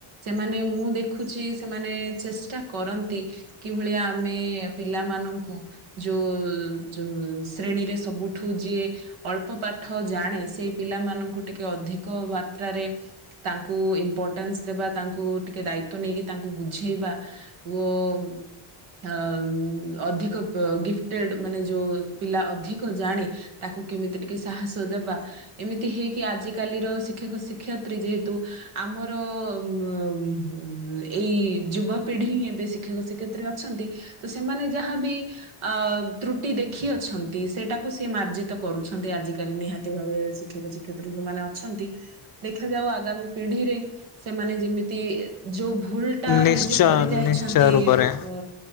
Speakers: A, on the right; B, on the left.
A: ସେମାନେ ମୁଁ ଦେଖୁଛି ସେମାନେ ଚେଷ୍ଟା କରନ୍ତି। କି ଭଳିଆ ଆମେ ପିଲାମାନଙ୍କୁ। ଯୋଉ ଯୋ ଶ୍ରେଣୀରେ ସବୁଠୁ ଯିଏ। ଅଳ୍ପ ପାଠ ଜାଣେ ସେ ପିଲାମାନଙ୍କୁ ଟିକେ ଅଧିକ ମାତ୍ରାରେ। ତାଙ୍କୁ ଇମ୍ପୋର୍ଟାନ୍ସ ଦେବା ତାଙ୍କୁ ଟିକେ ଦାୟିତ ନେଇକି ତାଙ୍କୁ ବୁଝେଇବା। ଉ ମ। ଅ ଅଧିକ ଗିଫ୍ଟେଟେଡ ମାନେ ଯୋଉ ପିଲା ଅଧିକ ଜାଣେ। ତାକୁ କେମିତି ଟିକେ ସାହସ ଦେବା। ଏମିତି ହେଇକି ଆଜିକାଲିର ଶିକ୍ଷକ ଶିକ୍ଷୟତ୍ରୀ ଯେହେତୁ ଆମର ଉ ଏଇ ଯୁବପିଢି ହିଁ ଏବେ ଶିକ୍ଷକ ଶିକ୍ଷ ତ୍ରି ଅଛନ୍ତି ତ ସେମାନେ ଯାହାବି ଖ ତ୍ରୁଟି ଦେଖି ଅଛନ୍ତି ସେଟାକୁ ସେ ମାର୍ଜିତ କରୁଛନ୍ତି ଆଜିକାଲି ନିହାତି। ଦିନରେ ଶିକ୍ଷକ ଶିକ୍ଷତ୍ରି ମାନେ ଅଛନ୍ତି। ଦେଖାଯାଉ ଆଗାମୀ ପିଢିରେ ସେମାନେ ଯେମିତି ଯୋଉ ଭୁଲ ତା
B: ନିଶ୍ଚୟ
A: ନିଜେ କରି ଯାଇଛନ୍ତି
B: ନିଶ୍ଚୟ ରୂପରେ
A: ଅ